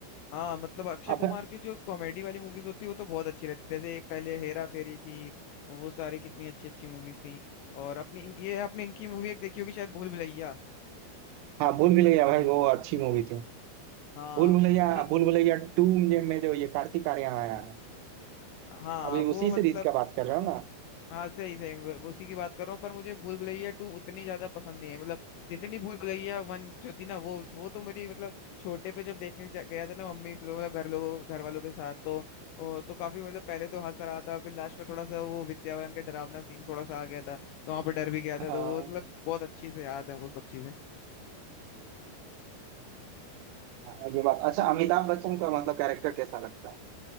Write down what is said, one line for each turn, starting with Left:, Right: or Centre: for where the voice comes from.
Left: हाँ मतलब अक्षय
Right: अब
Left: कुमार की जो कॉमेडी वाली मूवीज होती है वो तो बहुत अच्छी रहती है जैसे पहले हेरा फेरी थी वो सारी कितनी अच्छी अच्छी मूवीज थी और अपनी ये आपने इनकी मूवी एक देखी होगी शायद भूल भुलैया
Right: हाँ भूल भुलैया भाई वो अच्छी मूवी थी
Left: हाँ
Right: भूल भुलैया
Left: कितनी
Right: भूल भुलैया टू में में जो ये कार्तिक आर्यन आया है
Left: हाँ
Right: अभी
Left: वो
Right: उसी
Left: मतलब
Right: सीरीज का बात कर रहा हूँ ना
Left: हाँ सही सही वो- वो उसी की बात कर रहा हूँ पर मुझे भूल भुलैया टू उतनी ज्यादा पसंद नहीं है मतलब जितनी भूल भुलैया वन जो थी ना वो वो तो मेरी मतलब छोटे पे जब देखने जा- गया था ना मम्मी लोग मतलब घर लोगों घर वालों के साथ तो वो तो काफी मतलब पहले तो हंस रहा था फिर लास्ट में थोड़ा सा वो विद्या बालन का डरावना सीन थोड़ा सा आ गया था तो वहां पर डर भी गया था
Right: हाँ
Left: तो वो मतलब बहुत अच्छी से याद है वो सब चीजें
Right: हाँ, ये बात अच्छा अमिताभ बच्चन का मतलब कैरेक्टर कैसा लगता है